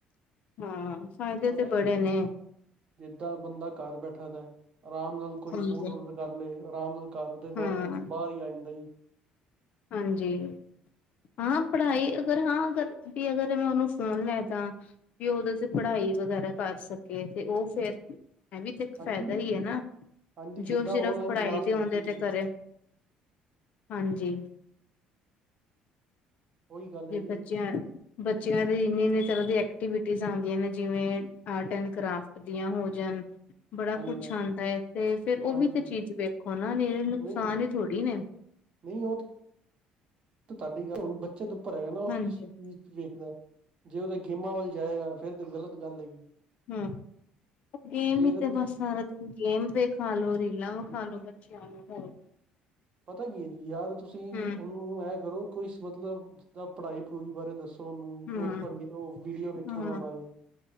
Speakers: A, on the left; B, on the right.
A: ਹਾਂ ਫਾਇਦੇ
B: ਪਤਾ
A: ਤੇ
B: ਕੀ
A: ਬੜੇ ਨੇ।
B: ਜਿੱਦਾਂ ਬੰਦਾ ਘਰ ਬੈਠਾ ਦਾ ਐ ਆਰਾਮ ਨਾਲ ਕੋਈ
A: ਹਾਂਜੀ
B: ਫੂਡ ਔਡਰ ਕਰ ਲਏ ਆਰਾਮ ਨਾਲ ਘਰ ਦੇ ਬਾਹਰ-
A: ਹਾਂ
B: ਬਾਹਰ ਹੀ ਆ ਜਾਂਦਾ ਜੀ।
A: ਹਾਂਜੀ। ਹਾਂ ਪੜ੍ਹਾਈ ਅਗਰ ਹਾਂ ਅਗਰ ਬੀ ਅਗਰ ਮੈਂ ਉਹਨੂੰ ਫੋਨ ਲੈ ਦਾ ਵੀ ਉਦੇ ਤੇ ਪੜ੍ਹਾਈ ਵਗੈਰਾ ਕਰ ਸਕੇ ਤੇ ਉਹ ਫਿਰ ਇਹ ਵੀ ਤੇ ਇੱਕ
B: ਹਾਂਜੀ
A: ਫਾਇਦਾ ਹੀ ਹੈ ਨਾ
B: ਹਾਂਜੀ
A: ਜੇ
B: ਜਿੱਦਾਂ
A: ਉਹ ਸਿਰਫ
B: ਔਨਲਾਈਨ
A: ਪੜ੍ਹਾਈ
B: ਕਲਾਸ
A: ਦੇ ਆਉਂਦੇ
B: ਲੱਗਦੀ
A: ਤੇ
B: ਹੈ
A: ਕਰੇ। ਹਾਂਜੀ।
B: ਉਹੀ ਗੱਲ
A: ਜੇ
B: ਹੈ ਜੀ
A: ਬੱਚਿਆਂ ਬੱਚਿਆਂ ਦੀ ਇੰਨੀ -ਇੰਨੀ ਤਰ੍ਹਾਂ ਦੀ ਐਕਟੀਵਿਟੀਜ ਆਂਦੀਆ ਨੇ ਜਿਵੇਂ ਆਰਟ ਐਂਡ ਕਰਾਫ ਵਧੀਆਂ ਹੋ ਜਾਣ ਬੜਾ
B: ਹਾਂਜੀ
A: ਕੁਝ
B: ਹਾਂਜੀ
A: ਆਂਦਾ ਐ ਤੇ ਫੇਰ ਉਹ
B: ਹਾਂਜੀ
A: ਵੀ ਤੇ ਚੀਜ਼ ਵੇਖੋ ਨਾ ਨੇ ਨੁਕਸਾਨ
B: ਨਹੀਂ
A: ਹੀ ਥੋੜ੍ਹੀ ਨੇ।
B: ਨਹੀਂ ਉਹ ਤੇ ਤੁਹਾਡੀ ਗੱਲ ਹੁਣ ਬੱਚੇ ਦੇ ਉੱਪਰ ਹੈਗਾ ਨਾ ਉਹ
A: ਹਾਂਜੀ
B: ਕਿਸ ਚੀਜ਼ ਵੇਖਦਾ। ਜੇ ਉਹਦੇ ਗੇਮਾਂ ਵੱਲ ਜਾਏਗਾ ਫੇਰ ਤੇ ਗਲਤ ਗੱਲ ਹੈਗੀ।
A: ਹੂ ਗੇਮ
B: ਜੇ
A: ਈ
B: ਤਾਂ
A: ਤੇ
B: ਤੁਸੀਂ
A: ਬਸ ਸਾਰਾ ਗੇਮ ਵਿਖਾਲੋ ਰੀਲਾਂ ਵਿਖਾਲੋ ਬੱਚਿਆਂ ਨੂੰ ਹੋਰ
B: ਪਤਾ ਕੀ ਹੈ ਜੀ ਯਾ ਤੁਸੀਂ
A: ਹਮ
B: ਉਹਨੂੰ ਐ ਕਰੋ ਕੋਈ ਸ ਮਤਲਬ ਤਾ ਪੜ੍ਹਾਈ ਪੜੂਈ ਬਾਰੇ ਦੱਸੋ ਉਹਨੂੰ
A: ਹਮ
B: ਉਹ ਪੜ੍ਹ ਉਹ ਵੀਡੀਓ ਵੇਖਿਆ
A: ਹਾਂ
B: ਉਹਨਾਂ ਬਾਰੇ।